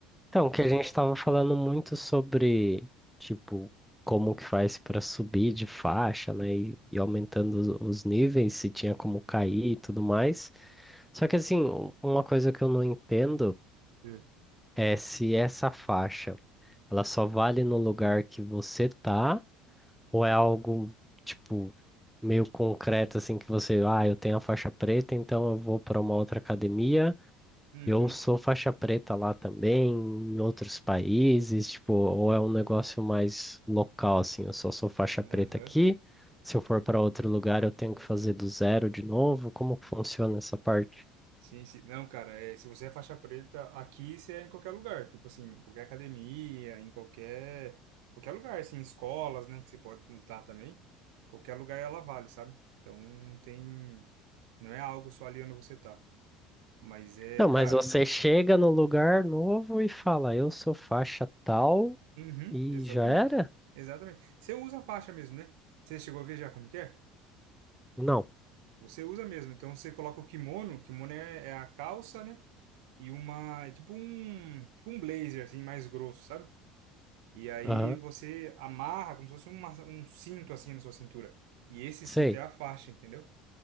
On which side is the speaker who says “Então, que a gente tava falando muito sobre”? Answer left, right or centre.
Centre